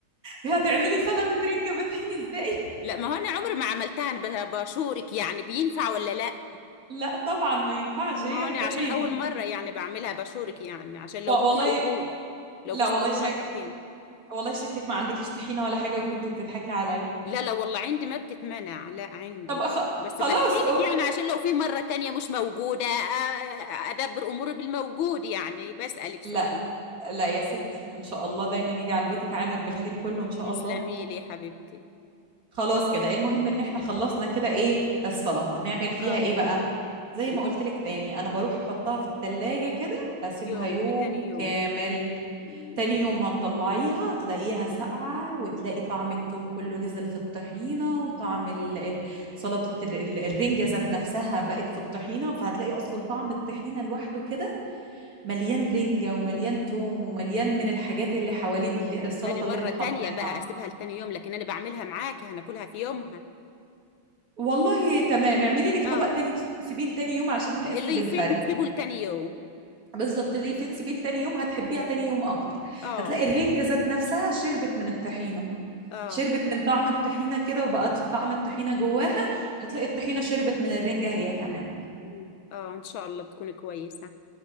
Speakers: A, on the right (about 45°); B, on the left (about 75°).
A: هتعملي سلطة رنجة بطحين ازاي
B: لا ما هو انا عمري ما عملتها انا ب- بشورك يعني بينفع ولا لا
A: لا طبعا ما ينفعش
B: مم، ما
A: هي
B: هو
A: الطحينة
B: انا عشان اول مره يعني بعملها بشورك يعني عشان لو
A: و-
B: مش
A: والله
B: موجود لو
A: لا
B: مش
A: والله
B: موجوده
A: شا...
B: الطحين
A: والله شكلك ما عندكيش طحينة ولا حاجة وكنتي بتضحكي عليا
B: لا لا والله عندي ما بتتمنع لا عندي
A: طب خ-
B: بس
A: خلاص
B: بحكي لك
A: أو...
B: يعني عشان لو في مره تانية مش موجوده آ- ادبر اموري بالموجود يعني بسالك سؤال
A: لا لا
B: مم.
A: يا ستي ان شاء الله دايما يجي على بيتك عامر بالخير كله ان شاء
B: تسلمي
A: الله
B: لي يا حبيبتي
A: خلاص كده ايه المهم ان احنا خلصنا كده ايه السلطه
B: مم.
A: هنعمل فيها
B: اه
A: ايه بقى زي
B: يعني
A: ما قلت لك تاني انا بروح احطها في التلاجة كده اسيبها
B: يوم
A: يوم
B: لتاني يوم
A: كامل
B: مم.
A: تاني يوم هنطلعيها تلاقيها ساقعه وتلاقي طعم التوم كله نزل في الطحينه وطعم ال... ال... سلطه ال... ال- الرنجه ذات نفسها بقت في الطحينه فهتلاقي اصلا طعم الطحينه لوحده كده مليان رنجة ومليان توم
B: مم.
A: ومليان من الحاجات اللي حوالين اللي السلطة
B: هذه مرة
A: اللي احنا
B: تانية
A: حاطينها
B: بقى اسيبها لتاني يوم لكن انا بعملها معاكي هناكلها في يومها
A: والله تمام اعملي لك
B: اه
A: طبق تاني تسيبيه تاني يوم عشان تحسي
B: اللي
A: بالفرق
B: يفيد نسيبه لتاني يوم
A: بالظبط اللي في تسيبيه تاني يوم هتحبيها تاني يوم اكتر
B: اه
A: هتلاقي الرنجة ذات نفسها شربت من الطحينة
B: اه
A: شربت من طعم الطحينة كده وبقت طعم الطحينة جواها هتلاقي الطحينة شربت من الرنجة هي كمان
B: مم. اه ان شاء الله بتكوني كويسة